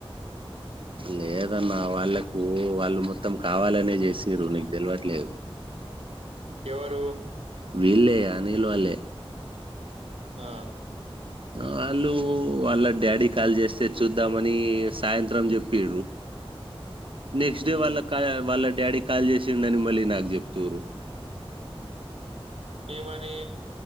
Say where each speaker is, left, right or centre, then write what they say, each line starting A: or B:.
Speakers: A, on the right; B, on the right.
A: లేదన్న వాళ్ళకు వాళ్ళు మొత్తం కావాలనే చేసి నీకు తెలివట్లేదు
B: ఎవరు
A: వీళ్ళలే అనిల్ వాళ్ళే
B: ఆ
A: వాళ్ళు వాళ్ళ డాడీ కాల్ చేస్తే చూద్దామని సాయంత్రం చెప్ప్ర నెక్స్ట్
B: హ్మ్.
A: డే వాళ్ళ కా వాళ్ళ డాడీ కాల్ చేసిండ అని మళ్ళీ నాకు చెప్త్ర
B: ఏమని